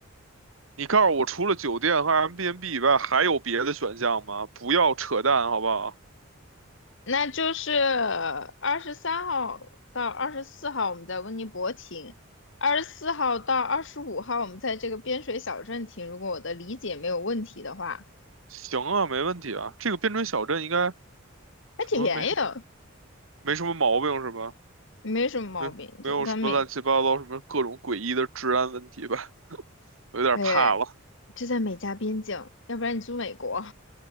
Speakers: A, on the right (about 70°); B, on the left (about 60°).
A: 你告诉我，除了酒店和 M b n b 以外，还有别的选项吗？不要扯淡，好不好？
B: 那就是二十三号到二十四号，我们在温尼伯停；二十四号到二十五号，我们在这个边水小镇停。如果我的理解没有问题的话，
A: 行啊，没问题啊。这个边陲小镇应该什
B: 还挺便宜的，
A: 么没什么没什么毛病是吧？
B: 没什么毛病。
A: 没没有什么乱七八糟，
B: 这在美，
A: 什么各种诡异的治安问题吧，有点怕了。
B: 哎，就在美加边境，要不然你住美国，